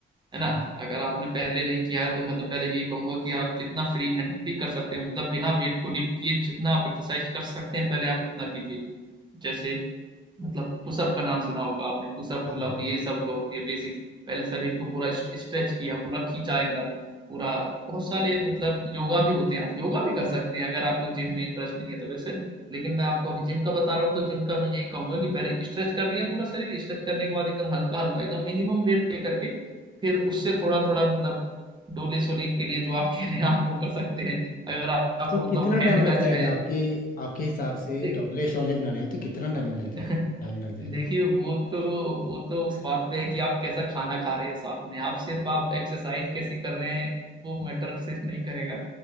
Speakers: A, on the right; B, on the left.
A: है ना
B: हाँ
A: अगर आपने पहले नहीं किया है तो मैं तो पहले यही कहूंगा कि आप जितना फ्री हैंडली कर सकते हैं मतलब बिना वेट को लिफ्ट किए जितना आप एक्सरसाइज कर सकते हैं पहले आप उतना कीजिए जैसे मतलब पुशअप का नाम सुना होगा आपने पुशअप
B: हाँ
A: पुलअप
B: हाँ
A: ये सब जो होती है बेसिक्स पहले शरीर को पूरा स्ट्रेच किया पूरा खींचा एकदम पूरा बहुत सारे मतलब योगा भी होते हैं आप योगा भी कर सकते हैं अगर आपको जिम में इंटरेस्ट नहीं है तो वैसे लेकिन मैं आपको अभी जिम का बता रहा हूँ तो जिम का मैं यही कहूंगा कि पहले स्ट्रेच कर लिया पूरा शरीर स्ट्रेच करने के बाद एकदम हल्का हल्का एकदम मिनिमम वेट ले करके फिर उससे थोड़ा थोड़ा मतलब डोले सोले के लिए जो आप कह रहे हैं आप वो कर सकते हैं अगर आप, आपको
B: तो
A: मतलब
B: कितना
A: हैंड
B: टाइम लग
A: का जो
B: जाएगा
A: है
B: आपके आपके हिसाब से
A: देख
B: डोले शोले बनाने हो तो कितना टाइम लग
A: <laughs>
B: जाएगा टाइम लग जाएगा
A: देखिए वो तो वो तो उस बात पे है कि आप कैसा खाना खा रहे हैं साथ में आप सिर्फ आप एक्सरसाइज कैसी कर रहे हैं वो मैटर सिर्फ नहीं करेगा